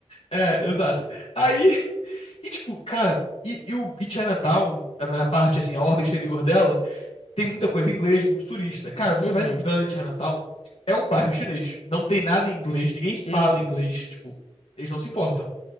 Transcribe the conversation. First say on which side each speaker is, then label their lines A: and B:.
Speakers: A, on the left (about 60°); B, on the left (about 80°).
A: É, exato. Aí, e tipo, cara, e, e, o, e Chinatown, na parte assim, a orla exterior dela, tem muita coisa em inglês, muito turista. Cara, você
B: <laughs>
A: vai entrando em Chinatown, é um bairro chinês. Não tem nada em inglês, ninguém fala
B: Uhum, uhum.
A: inglês, tipo, eles não se importam.